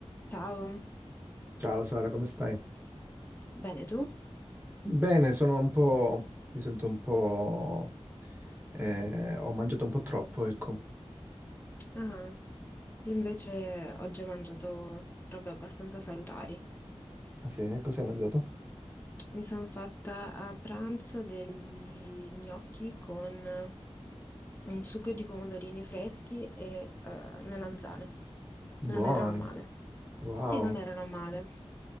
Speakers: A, on the left; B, on the right.
A: Ciao,
B: Ciao Sara, come stai?
A: bene tu?
B: Bene, sono un po'... mi sento un po'... eh, ho mangiato un po' troppo, ecco.
A: Ah, io invece oggi ho mangiato robe abbastanza salutari.
B: Ah sì, eh? cosa hai mangiato?
A: Mi sono fatta a pranzo degli gnocchi con un sugo di pomodorini freschi e eh, melanzane.
B: Buoni,
A: Non erano male.
B: wow.
A: Sì, non erano male.